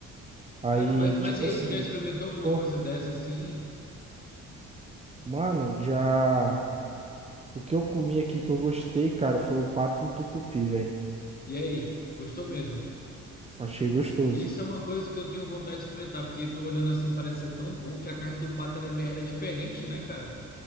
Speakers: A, on the right; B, on the left.
A: Aí,
B: Cara, mas, mas
A: tipo
B: e aí,
A: assim,
B: tu já experimentou alguma
A: eu-
B: coisa dessa, assim?
A: mano, já. O que eu comi aqui que eu gostei, cara, foi o pato no tucupi, velho.
B: E aí, gostou mesmo?
A: Achei gostoso.
B: Isso é uma coisa que eu tenho vontade de experimentar, porque tô olhando assim, parece ser tão bom, porque a carne do pato, ela é, me- ela é diferente, né, cara?